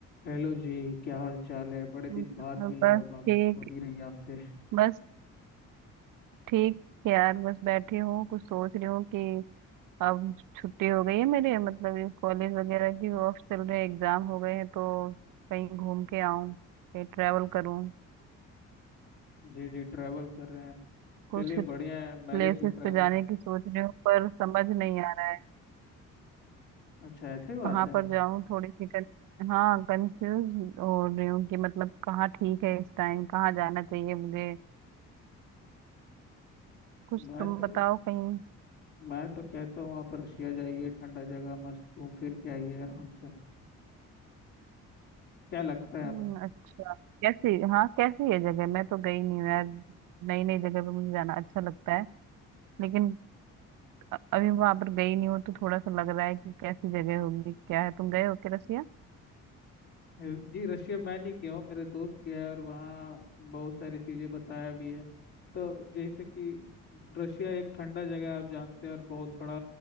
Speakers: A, on the left (about 65°); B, on the right (about 50°).
A: Hello जी क्या हाल चाल है बड़े दिन
B: हम्म,
A: बाद मिल
B: बस
A: रहे हो बात
B: ठीक
A: भी हो नहीं रही आपसे
B: बस ठीक यार बस बैठी हूँ कुछ सोच रही हूँ कि अब छुट्टी हो गई है मेरे मतलब ये कॉलेज वगैरह की ऑफ चल रहे हैं एग्जाम हो गए हैं तो कहीं घूम के आऊँ कहीं ट्रैवल करूँ
A: जी जी ट्रैवल कर रहे हैं
B: कुछ
A: चलिए बढ़िया है
B: प्लेसेस
A: मेरे भी ट्रैवल
B: पे जाने की सोच रही हूँ पर समझ नहीं आ रहा है
A: अच्छा ऐसे बात
B: कहाँ
A: है
B: पर जाऊँ थोड़ी सी कन... हाँ कंफ्यूज हो रही हूँ कि मतलब कहाँ ठीक है इस टाइम कहाँ जाना चाहिए मुझे कुछ
A: मैं
B: तुम
A: तो
B: बताओ कहीं
A: मैं तो कहता हूँ आप रशिया जाइए ठंडा जगह मस्त घूम फिर के आइए आराम से क्या लगता है
B: हम्म,
A: आप
B: अच्छा कैसी हाँ कैसी है जगह मैं तो गई नहीं हूँ यार नई नई जगह पे मुझे जाना अच्छा लगता है लेकिन अ- अभी वहां पर गई नहीं हूँ तो थोड़ा सा लग रहा है कि कैसी जगह होगी क्या है तुम गए हो क्या रसिया
A: जी रशिया मैं नहीं गया हूँ मेरे दोस्त गया है और वहाँ बहुत सारी चीज़ें बताया भी है तो जैसे कि रशिया एक ठंडा जगह है, आप जानते हैं और बहुत बड़ा